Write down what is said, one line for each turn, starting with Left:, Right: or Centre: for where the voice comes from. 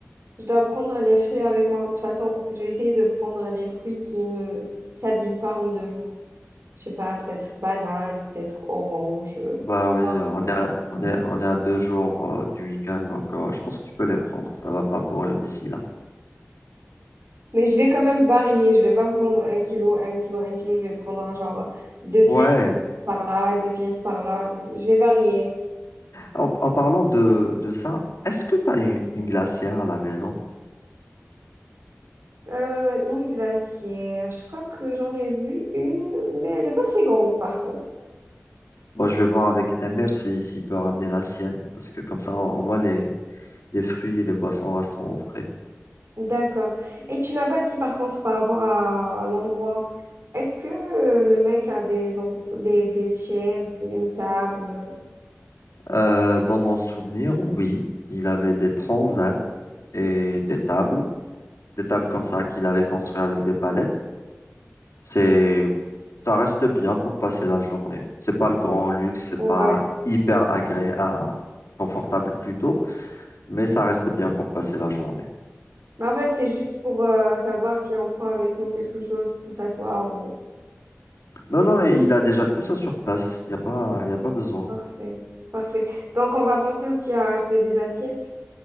Right: je dois prendre les fruits avec moi? De toute façon, j'ai essayé de prendre les fruits qui ne s'abîment pas en deux jours. je sais pas, peut-être banane, peut-être orange. euh.
Left: bah oui,
Right: Ah,
Left: euh, on est à, on est, on est à deux jours euh, du week-end, donc euh, je pense que tu peux les prendre, ça va pas pourrir d'ici là.
Right: Mais je vais quand même varier. Je vais pas prendre un kilo, un kilo, un kilo. Je vais prendre un genre deux
Left: Ouais,
Right: pièces par là, deux pièces par là. deux- Je vais varier.
Left: en, en parlant de, de ça, est-ce que tu as une, une glacière à la maison?
Right: Euh, une glacière. Je crois que j'en ai vu une, mais elle est pas très grande par contre.
Left: Bon, je vais voir avec Emir si, s'il peut ramener la sienne, parce que comme ça, au au moins, les, les fruits et les boissons resteront au frais.
Right: D'accord. Et tu m'as pas dit par contre par rapport à l'endroit. Est-ce que euh, le mec a des, endro- des, des chaises, et une table?
Left: Euh, dans mon souvenir, oui, il avait des transats et des tables, des tables comme ça qu'il avait construites avec des palettes. C'est Ça reste bien pour passer la journée. C'est pas le grand luxe, c'est
Right: ouais
Left: pas hyper agréable, confortable plutôt, mais ça reste bien pour passer la journée.
Right: Mais en fait, c'est juste pour euh, savoir si on prend avec nous quelque chose pour s'asseoir. ou-
Left: Non, non, et il a déjà tout ça sur place. Il n'y a pas, y a pas besoin.
Right: Parfait. Parfait. Donc, on va penser aussi à acheter des assiettes.